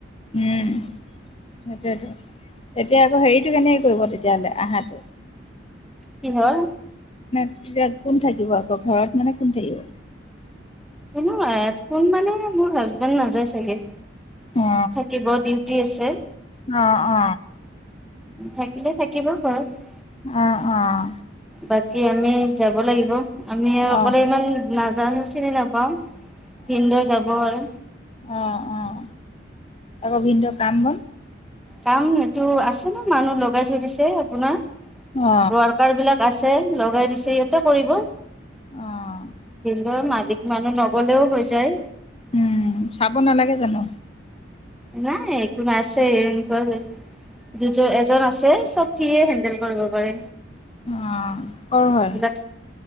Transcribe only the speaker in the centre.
কিহল।
কোনো কোন মানে মোৰ হাজবেণ্ড নাযায় চাগে।
থাকিব ডিউটি আছে।
থাকিলে থাকিবা ঘৰত।
বাকী আমি যাব লাগিব। আমি আৰু অকলে
ইমান নাজ। জান হৈছিলে নাপাওঁ। ভিনিদেউ যাব আৰু।
কাম এইটো আছে ন মানুহ লগাই থৈ দিছে আপোনাৰ।
ৱাৰকাৰ বিলাক। আছে লগাই দিছে ইহঁতে কৰিব
দ ম <unintelligible> মানুহ নগলেও হৈ যায়।
নাই একো নাই আছে এনেকুৱা এজন আছে চব <unintelligible> সিয়ে হেণ্ডেল কৰিব পাৰে।
এইবিলাক